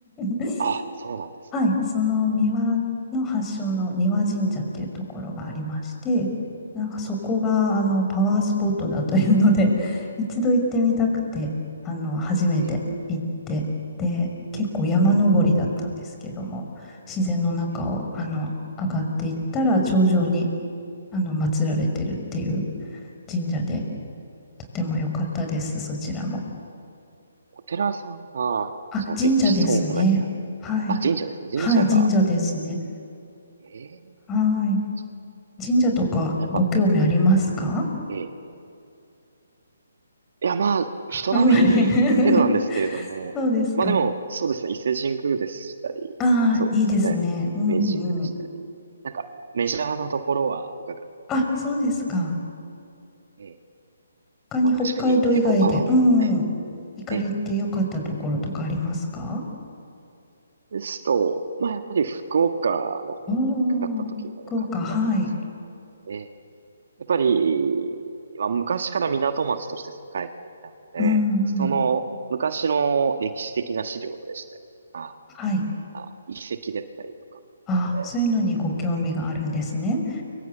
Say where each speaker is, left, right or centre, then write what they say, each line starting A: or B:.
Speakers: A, on the left; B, on the right.
A: <laughs>
B: あ、そうなんですね。
A: はい、その三輪の発祥の三輪神社っていうところがありまして、なんかそこがあのパワースポットだというので、
B: ええ
A: <laughs> 一度行ってみたくて、あの初めて行って、
B: ええ
A: で、結構山登りだったんですけども、自然の中をあの上がっていったら頂上に
B: ええ
A: あの祀られてるっていう神社で、とても良かったです、そちらも。
B: お寺さんが、
A: あ、
B: その歴史そうめんの、
A: 神社ですね。はい。
B: あ、神社ですね。神社が、
A: はい、神社ですね。
B: ええ
A: はい。
B: そ
A: 神社とかご興味ありますか
B: うやっぱ、ええいや、まあ、人並みに程度なんですけれども、
A: あんまり <laughs> そうですか。
B: まあでも、そうですね、伊勢神宮でしたり、
A: ああ、
B: そうですね、
A: いいですね。うんうん。
B: 明治神宮でしたり、なんか、メジャーなところは伺った。
A: あ、そうですか。
B: ええ。
A: 他に北海道以外で、
B: まあ確かに結構パワー、
A: うんうん。
B: え
A: 行かれてよかったところとかありますか
B: え、ええ。ですと、まあやっぱり福岡の方にかかった時が良かったですね。
A: おお、福岡、はい。
B: ええ。やっぱり、まあ昔から港町として栄えていたので、
A: うんうん。
B: その昔の歴史的な資料でしたりとか、
A: はい。
B: あ、遺跡だったりとかもあって、
A: ああ、そういうのにご興味があるんですね。